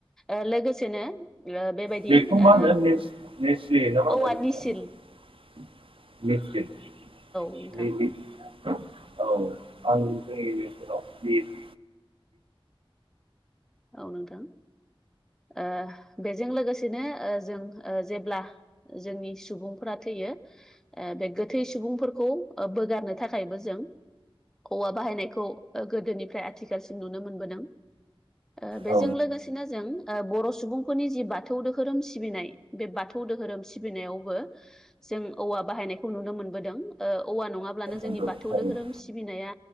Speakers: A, in the centre; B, on the right (about 70°).
A: ओ लोगोसेनो ओ बेबायदि
B: बेखौ मा
A: ओ
B: होनो नेस नेस्लि ना मा होनो
A: औवा
B: नोंथां?
A: निसिल
B: <inaudible>
A: नोंथां
B: <inaudible>
A: औ नोंथां ओ बेजों लोगोसेनो ओ जों ओ जेब्ला जोंनि सुबुंफोर थैयो गोथै सुबुंफोरखौ बोगारनो थाखायबो जों औवा बाहायनायखौ ओ गोदोनिफ्राय आथिखालसिम नुनो मोनबोदों ओ बेजों
B: औ
A: लोगोसे बिदिनो जों ओ बर' सुबुंफोरनि जि बाथौ दोहोरोम सिबिनाय बे बाथौ दोहोरोम सिबिनायावबो जों औवा बाहायनायखौ नुनो मोनबोदों ओ औवा नङाब्लानो जोंनि
B: नंगौ
A: बाथौ
B: थारैनो
A: धहोरोम सि सिबिनाया